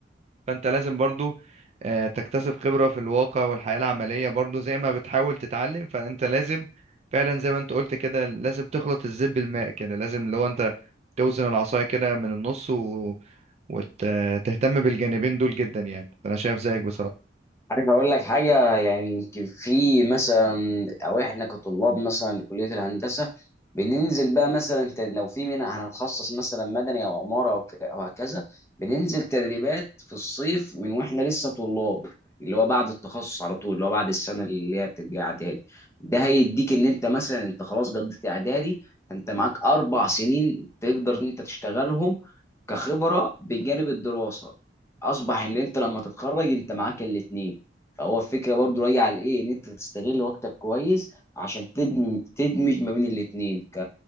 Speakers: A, on the right; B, on the left.
A: فانت لازم برضو آه، تكتسب خبرة في الواقع والحياة العملية برضو زي ما بتحاول تتعلم فانت لازم فعلا زي ما انت قلت كده لازم تخلط الزب بالماء كده لازم لو انت توزن العصاية كده من النص و... وتهتم بالجانبين دول جدا يعني فانا شايف زيك بصراحة
B: عارف اقول لك حاجه يعني يمكن في مثلا او احنا كطلاب مثلا لكليه الهندسه بننزل بقى مثلا ت- لو في منها هنخصص مثلا مدني او عماره او ك- أو هكذا بننزل تدريبات في الصيف من واحنا لسه طلاب اللي هو بعد التخصص على طول اللي هو بعد السنه اللي هي بتبقى اعدادي ده هيديك ان انت مثلا انت خلاص قضيت اعدادي انت معاك اربع سنين تقدر ان انت تشتغلهم كخبره بجانب الدراسه اصبح ان انت لما تتخرج انت معاك الاثنين فهو الفكره برضو راجع لايه ان انت تستغل وقتك كويس عشان تدمج تدمج ما بين الاثنين ك...